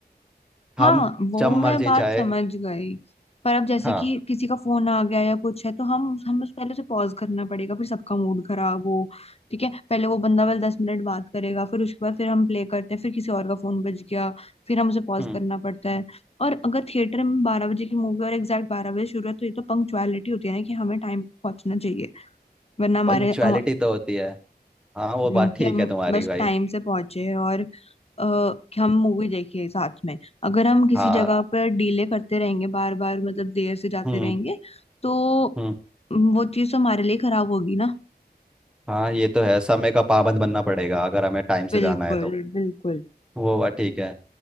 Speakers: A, on the left; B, in the centre.
A: हाँ
B: हम
A: वो
B: जब
A: मैं
B: मर्जी
A: बात
B: चाहे
A: समझ गई पर अब जैसे
B: हाँ
A: कि किसी का फोन आ गया या कुछ है तो हम हम उस पहले से पॉज करना पड़ेगा फिर सबका मूड खराब हो ठीक है पहले वो बंदा वाला दस मिनट बात करेगा फिर उसके बाद फिर हम प्ले करते हैं फिर किसी और का फोन बज गया फिर हम उसे पॉज
B: हम्म
A: करना पड़ता है और अगर थिएटर में बारह बजे की मूवी और एग्जैक्ट बारह बजे शुरू है तो ये तो पंक्चुअलिटी होती है ना कि हमें टाइम पे पहुंचना चाहिए वरना हमारे
B: पंक्चुअलिटी
A: हम-
B: तो होती है हाँ वो
A: हम्म,
B: बात
A: कि
B: ठीक
A: हम
B: है तुम्हारी
A: बस
B: भाई
A: टाइम से पहुंचे और आ, कि हम मूवी देखे साथ में अगर हम किसी
B: हाँ
A: जगह पर डीले करते रहेंगे बार बार मतलब देर से जाते
B: हम्म
A: रहेंगे तो
B: हम्म
A: वो चीज तो हमारे लिए खराब होगी ना
B: हाँ ये तो है समय का पाबंद बनना पड़ेगा अगर हमें टाइम से
A: बिल्कुल
B: जाना है तो
A: बिल्कुल
B: वो बात ठीक है